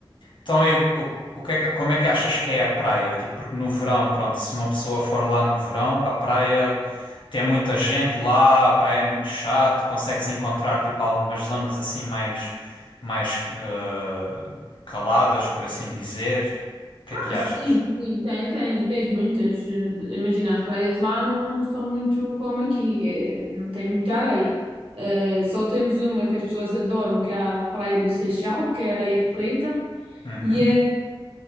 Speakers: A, on the left (about 60°); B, on the right (about 80°).
A: Então, e o, o, o que é que- como é que achas que é a praia? Tipo, porque no verão, pronto, se uma pessoa for lá no verão, a praia tem muita gente lá, a praia é muito chato, consegues encontrar tipo algumas zonas assim mais, mais eh, caladas, por assim dizer. O que é que
B: Ah,
A: achas?
B: sim, sim, tem, tem, tens muitas. eh, de- Imagina, as praias lá não, não são muito como aqui, eh, não tem muita areia. Eh, só temos uma que as pessoas adoram, que é a Praia do Seixal, que é areia preta.
A: Uhum.
B: E, eh,